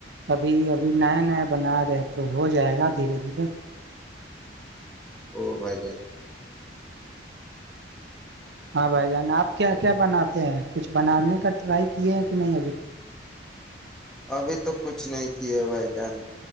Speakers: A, on the right; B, in the centre.
A: ابھی ابھی نیا نیا بنا رہے ہیں تو ہو جائے گا دھیرے دھیرے
B: او بھائی جان
A: ہاں بھائی جان آپ کیا کیا بناتے ہیں کچھ بنانے کا ٹرائی کیے ہیں کہ نہیں ابھیک
B: ابھی تو کچھ نہیں کیے بھائی جان